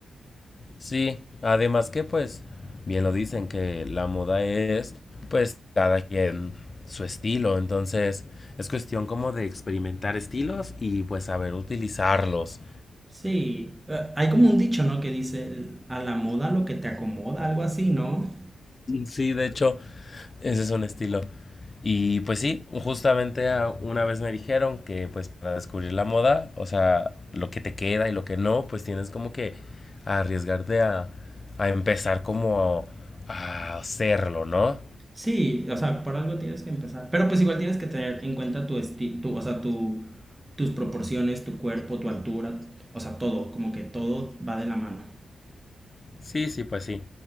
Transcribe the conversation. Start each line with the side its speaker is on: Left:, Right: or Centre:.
Left: Sí, además que pues bien lo dicen que la moda es pues cada quien su estilo, entonces es cuestión como de experimentar estilos y pues saber utilizarlos.
Right: Sí, eh, hay como un dicho, ¿no? Que dice, a la moda lo que te acomoda, algo así, ¿no?
Left: Sí, de hecho, ese es un estilo. Y pues sí, justamente ah, una vez me dijeron que pues para descubrir la moda, o sea, lo que te queda y lo que no, pues tienes como que arriesgarte a, a empezar como a hacerlo, ¿no?
Right: Sí, o sea, por algo tienes que empezar. Pero pues igual tienes que tener en cuenta tu esti tu, o sea, tu, tus proporciones, tu cuerpo, tu altura, o sea, todo, como que todo va de la mano.
Left: Sí, sí, pues sí.